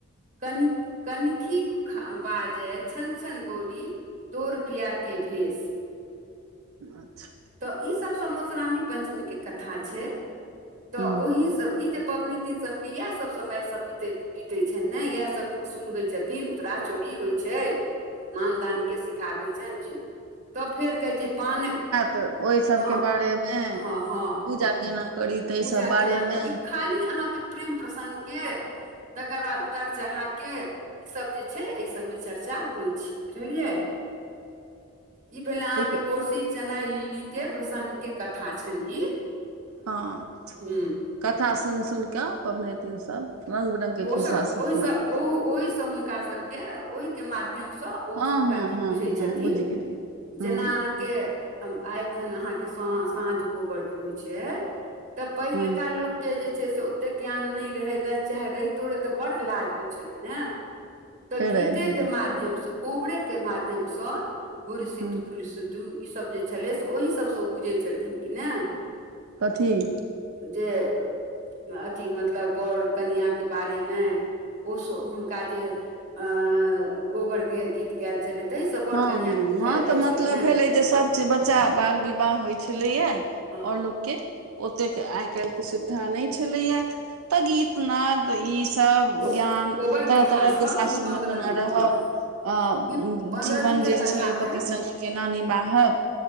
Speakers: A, on the right (about 35°); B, on the right (about 85°).
A: कन कनखी ख बाजय छन छन गोरी तोर पिया कऽ भेष।
B: अच्छा
A: तऽ ई सब सब मधुश्रावणी पंचमी कऽ कथा छै तऽ
B: हुँ
A: ओहि सब ई जे पबनी तीन सब के इएह सब समय सब बीतैत बीतै छनि ने इएहसभ सुनबै छथिन उतरा चोरी होइ छै। मान दानके सिखाबै छनि जे तब फेर कहै छै पान
B: तऽ ओहि सब
A: हँ
B: कऽ बारे मे
A: हँ हँ
B: पूजा केना करी ताहि
A: पूजा
B: सब बारेमे
A: केना करी खाली अहाँके प्रेम प्रसऺगके तकर बाद उतार चढ़ा के ईसभ जे छै एहि सभमे चर्चा होइ छै बुझलियै। ई भेले अहाँके
B: जेकि
A: बड़सी चेनाइ ली के प्रसंग के कथा छनि ई।
B: हँ
A: हू
B: कथा सुनि सुनि कऽ पबनैतिनसभ रंग बिरंग कऽ खिस्सा
A: सब
B: सुनैत
A: ओहिसँ
B: छथि।
A: ओ ओहिसँ हुनका सभके ओहिके माध्यमसँ ओ
B: हँ
A: सभटा
B: हँ
A: चीज
B: हँ
A: बुझै छथिन
B: हँ बुझि गेलियै
A: जेना
B: हँ
A: अहाँके आ एखन अहाँके स साँझ कोबर जे होइ छै तऽ पहिलका
B: हँ
A: लोक कऽ जे छै से ओते ज्ञान नहि रहे चाहे रहतो रहे तऽ बड़ लाज होइत छलै ने तऽ
B: फेर
A: गीतके
B: आबि गेलै
A: मा माध्य सऽ कोबरे के माध्यम से घुड़सत
B: हँ
A: फुड़सत तू ईसभ जे छलै से ओही सभसँ ओ बुझै छलखिन कि नऽ
B: कथी??
A: जे अथी मतलब बर कनिआके बारेमे ओ हुनका जे अ कोहबर गीत गायएल चलैत ताहिसँ बड़
B: हँ
A: कनिआके
B: हँ
A: बुझायएल
B: हँ तऽ
A: जाइ
B: मतलब
A: छलै नऽ।
B: भेलै जे सब चीज बच्चा बाल विवाह होय छलैया
A: हँ
B: और लोक के ओतेक आइ काल्हि के सुविधा नहि छलैया तऽ गीतनाद तऽ ईसभ
A: कोबर
B: ज्ञान तरह
A: कथासँ
B: तरहके सासुरमे
A: ई पन्द्रह
B: कोना
A: दिन
B: रहब??
A: हँ
B: अ
A: ई पन्द्रह
B: जीवन
A: दिन
B: जे
A: के कथा
B: छै
A: मे
B: पति संगे कऽ नानी बाहब